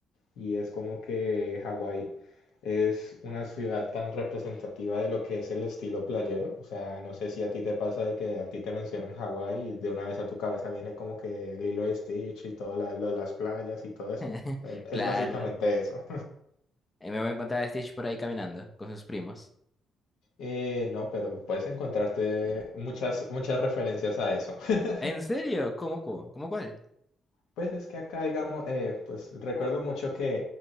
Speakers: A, on the left; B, on the left.
A: Y es como que Hawái es una ciudad tan representativa de lo que es el estilo playero. O sea, no sé si a ti te pasa de que a ti te mencionan Hawái y de una vez a tu cabeza viene como que Lilo y Stitch y todo la- lo de las playas y todo eso.
B: <laughs>
A: Eh,
B: Claro.
A: Es básicamente eso.
B: Eh, me voy a encontrar a Stitch por ahí caminando con sus primos.
A: Eh, no, pero puedes encontrarte muchas, muchas referencias a eso. <laughs>
B: ¿En serio? ¿Cómo, cómo, cómo cuál?
A: Pues es que acá, digamos, eh, pues recuerdo mucho que